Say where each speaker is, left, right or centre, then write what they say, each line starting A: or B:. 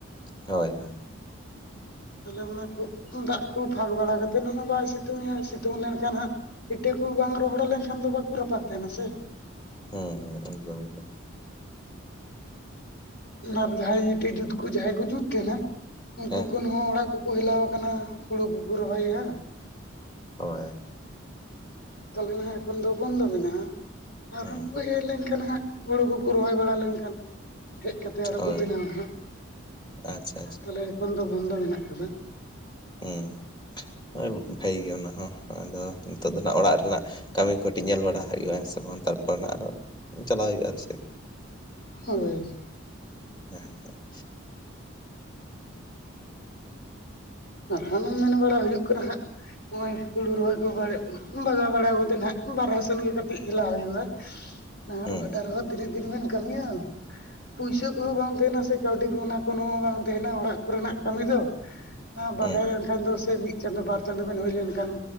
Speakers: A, on the left; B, on the left.
A: ᱦᱳᱭ ᱦᱳᱭ,
B: ᱛᱟᱞᱮ ᱚᱱᱟ ᱠᱩ ᱫᱟᱜ ᱠᱚ ᱯᱷᱟᱸᱠ ᱵᱟᱲᱟ ᱠᱟᱛᱮᱫ ᱦᱚᱸ ᱵᱟᱭ ᱥᱤᱛᱩᱝ ᱮᱭᱟ ᱥᱤᱛᱩᱝ ᱞᱮᱱᱠᱷᱟᱱ ᱦᱟᱸᱜ ᱤᱴᱟᱹ ᱠᱚ ᱵᱟᱝ ᱨᱚᱦᱚᱲ ᱞᱮᱱᱠᱷᱟᱱ ᱫᱚ ᱵᱟᱠᱚ ᱨᱟᱯᱟᱜ ᱛᱟᱦᱮᱱᱟ ᱥᱮ ᱾
A: ᱦᱩᱸ ᱦᱩᱸ ᱮᱠᱫᱚᱢ ᱮᱠᱫᱚᱢ ᱾
B: ᱱᱟᱠ ᱡᱟᱦᱟᱸᱭ ᱤᱴᱟᱹ ᱡᱩᱛ ᱠᱩ ᱡᱟᱦᱟᱸᱭ ᱠᱚ ᱡᱩᱛ ᱠᱟᱱᱟ ᱩᱱᱠᱩ
A: ᱦᱮᱸ
B: ᱠᱚ ᱦᱟᱸ ᱚᱲᱟᱜ ᱠᱚᱠᱚ ᱦᱮᱞᱟᱣ ᱠᱟᱱᱟ ᱦᱩᱲᱩ ᱠᱚᱠᱚ ᱨᱚᱦᱚᱭᱮᱜᱼᱟ ᱾
A: ᱦᱳᱭ,
B: ᱛᱟᱞᱦᱮ ᱦᱟᱸᱜ ᱮᱠᱷᱚᱱ ᱫᱚ ᱵᱚᱱᱫᱚ ᱢᱮᱱᱟᱜᱼᱟ ᱟᱨ
A: ᱦᱩᱸ
B: ᱦᱟᱱᱠᱩ ᱦᱮᱡ ᱞᱮᱱᱠᱷᱟᱱ ᱦᱟᱸᱜ ᱦᱩᱲᱩ ᱠᱚᱠᱚ ᱨᱚᱦᱚᱭ ᱵᱟᱲᱟ ᱞᱮᱱᱠᱷᱟᱱ ᱾ ᱦᱮᱡ ᱠᱟᱛᱮᱜ ᱟᱨᱚ
A: ᱦᱳᱭ
B: ᱠᱚ ᱵᱮᱱᱟᱣᱟ ᱦᱟᱸᱜ
A: ᱟᱪᱪᱷᱟ ᱟᱪᱪᱷᱟ
B: ᱛᱟᱦᱞᱮ ᱮᱠᱷᱚᱱ ᱫᱚ ᱵᱚᱱᱫᱚ ᱢᱮᱱᱟᱜ ᱠᱟᱫᱟ ᱾
A: ᱦᱩᱸ ᱦᱳᱭ ᱵᱷᱟᱹᱜᱤ ᱜᱮ ᱚᱱᱟ ᱦᱚᱸ ᱟᱫᱚ ᱱᱤᱛᱚᱜ ᱫᱚ ᱱᱟᱜ ᱚᱲᱟᱜ ᱨᱮᱱᱟᱜ ᱠᱟᱹᱢᱤ ᱠᱚᱴᱤᱡ ᱧᱮᱞ ᱵᱟᱲᱟ ᱦᱩᱭᱩᱜ ᱟ ᱥᱮ ᱵᱟᱝ ᱛᱟᱨᱯᱚᱨ ᱟᱨᱚ ᱪᱟᱞᱟᱜ ᱦᱩᱭᱩᱜᱼᱟ ᱟᱨ ᱪᱮᱫ?
B: ᱦᱳᱭ,
A: ᱦᱮᱸ ᱦᱮᱸ ᱾
B: ᱟᱨ ᱦᱟᱱᱟᱢ ᱢᱮᱱ ᱵᱟᱲᱟ ᱦᱩᱭᱩᱜ ᱠᱟᱱᱟ ᱦᱟᱸᱜ ᱾ ᱚᱭ ᱦᱩᱲᱩ ᱨᱚᱦᱚᱭ ᱠᱚ ᱵᱟᱲᱮ ᱵᱟᱜᱟᱣ ᱵᱟᱲᱟ ᱠᱟᱛᱮᱜ ᱱᱟᱜ ᱵᱟᱨᱦᱮ ᱥᱮᱱ ᱜᱮ ᱠᱟᱹᱴᱤᱡ ᱞᱟ ᱦᱩᱭᱩᱜᱼᱟ᱾ ᱟᱨ
A: ᱦᱩᱸ
B: ᱵᱷᱟᱴᱟ
A: ᱦᱩᱸ
B: ᱨᱮᱦᱚᱸ ᱛᱤᱱᱟᱹᱜ ᱫᱤᱱ ᱵᱤᱱ ᱠᱟᱹᱢᱤᱭᱟ᱾ ᱯᱩᱭᱥᱟᱹ ᱠᱚᱦᱚᱸ ᱵᱟᱝ ᱛᱟᱦᱮᱸᱱᱟ ᱥᱮ ᱠᱟᱹᱣᱰᱤ ᱠᱚ ᱚᱱᱟ ᱠᱚᱱᱦᱚᱸ ᱵᱟᱝ ᱛᱟᱦᱮᱸᱱᱟ ᱚᱲᱟᱜ ᱠᱚᱨᱮᱱᱟᱜ ᱠᱟᱹᱢᱤ ᱫᱚ᱾ ᱟᱸ ᱵᱟᱨᱦᱮ
A: ᱦᱩᱸ
B: ᱨᱮ
A: ᱦᱩᱸ
B: ᱞᱮᱱᱠᱷᱟᱱ ᱫᱚ ᱥᱮ ᱢᱤᱫ ᱪᱟᱸᱫᱳ ᱵᱟᱨ ᱪᱟᱸᱫᱳ ᱵᱮᱱ ᱦᱩᱭ ᱞᱮᱱᱠᱷᱟᱱ,